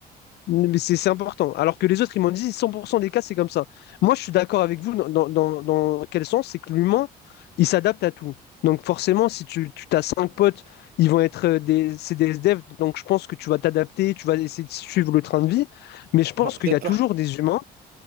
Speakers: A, on the left; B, on the right.
A: mais c'est c'est important. Alors que les autres, ils m'ont dit 100% des cas, c'est comme ça. Moi, je suis d'accord avec vous dans, dans- dans- dans quel sens? C'est que l'humain, il s'adapte à tout. Donc forcément, si tu, tu as cinq potes, ils vont être euh, des, c'est des SDF, donc je pense que tu vas t'adapter, tu vas essayer de suivre le train de vie. Mais je pense
B: Genre, peut-être
A: qu'il y a
B: pas.
A: toujours des humains.